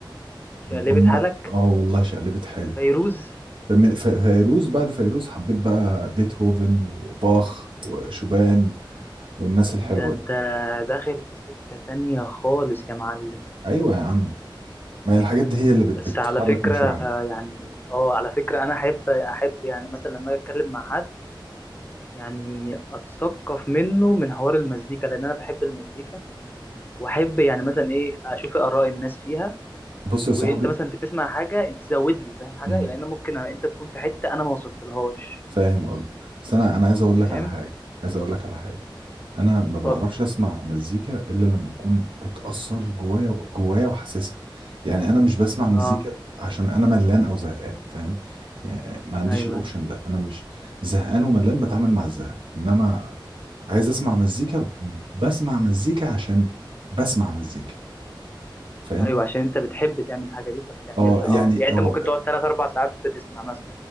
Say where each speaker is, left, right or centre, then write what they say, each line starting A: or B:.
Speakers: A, on the left; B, on the right.
A: شقلبت
B: ضم-
A: حالك
B: اه والله شقلبت حالي
A: فيروز
B: فم- ف- فيروز بعد فيروز حبيت بقى بيتهوفن وباخ وشوبان والناس الحلوة
A: ده انت
B: دي
A: داخل في سكة تانية خالص يا معلم
B: ايوه يا عم ما هي الحاجات دي هي اللي بت-
A: بس
B: بتحرك
A: على فكرة
B: مشاعري
A: آه، يعني اه على فكرة أنا أحب أحب يعني مثلا لما أجي أتكلم مع حد يعني أتثقف منه من حوار المزيكا لأن أنا بحب المزيكا وأحب يعني مثلا إيه أشوف آراء الناس فيها
B: بص
A: وأنت
B: يا صاحبي
A: مثلا تسمع حاجة أنت تزود لي فاهم حاجة
B: امم
A: لأن ممكن أنت تكون في حتة أنا ما وصلتلهاش
B: فاهم قصدي بس انا انا عايز اقول
A: فاهم
B: لك على حاجة عايز اقول لك على حاجة انا ما بعرفش
A: اتفضل
B: اسمع مزيكا الا لما تكون بتأثر جوايا جوايا وحاسسها يعني انا مش بسمع مزيكا
A: أه
B: عشان انا ملان او زهقان فاهم يعني ما عنديش
A: أيوه
B: الاوبشن ده انا مش زهقان وملان بتعامل مع الزهق انما عايز اسمع مزيكا بسمع مزيكا عشان بسمع مزيكا فاهم
A: أيوه عشان أنت بتحب تعمل الحاجة دي فبتعملها
B: اه يعني
A: أه يعني
B: اه
A: أنت ممكن تقعد تلات أربع ساعات بتسمع مثلا